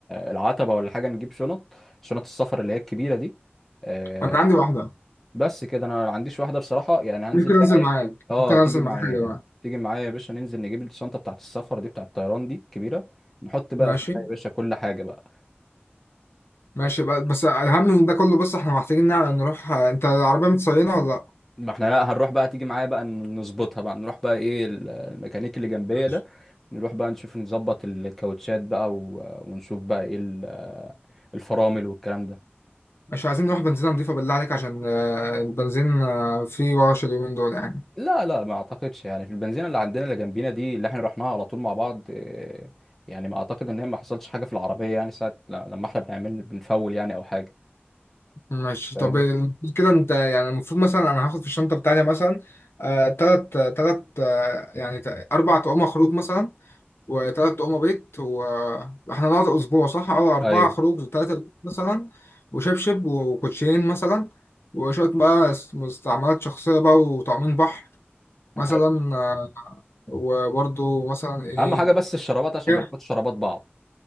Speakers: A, in the centre; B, on the left.
A: العتبة ولا حاجة نجيب شنط شنط السفر اللي هي الكبيرة دي آه،
B: انا عندي واحدة
A: بس كده انا ما عنديش واحده بصراحه يعني هنزل
B: ممكن انزل
A: بقى ايه
B: معاك
A: اه
B: ممكن انزل
A: تيجي معايا
B: معاك يا جماعة
A: تيجي معايا يا باشا ننزل نجيب الشنطه بتاعت السفر دي بتاعت الطيران دي كبيره نحط بقى
B: ماشي
A: فيها يا باشا كل حاجه بقى
B: ماشي بقى. بس
A: بس
B: اهم من ده كله بص احنا محتاجين نع- نروح انت العربية متصينة ولا لا
A: ما احنا لا هنروح بقى تيجي معايا بقى نظبطها بقى نروح بقى ايه ال- الميكانيك اللي جنبيه
B: ماشي
A: ده نروح بقى نشوف نظبط الكاوتشات بقى و... ونشوف بقى ايه ال- الفرامل والكلام ده
B: مش عايزين نروح بنزينة نضيفة بالله عليك عشان آه، البنزين آه، فيه ورش اليومين دول يعني
A: لا لا ما اعتقدش يعني في البنزينه اللي عندنا اللي جنبينا دي اللي احنا رحناها على طول مع بعض آه، يعني ما اعتقد ان هي ما حصلش حاجه في العربيه يعني ساعه ل- لما احنا بنعمل بنفول يعني او حاجه
B: ماشي
A: فاهم
B: طب المفروض كده انت يعني المفروض مثلا انا هاخد في الشنطه بتاعتي مثلا آه تلات تلات آه يعني تا- اربع طقم خروج مثلا وتلات طقم بيت واحنا نقعد اسبوع صح؟ اه اربعه
A: ايوه
B: خروج تلاته بيت مثلا وشبشب وكوتشين مثلا وشويه بقى اس- مستعملات شخصيه بقى وطعمين بحر مثلا
A: حلو.
B: آه وبرضو مثلا ايه
A: اهم حاجه بس الشرابات عشان
B: كده.
A: ما ناخدش شرابات بعض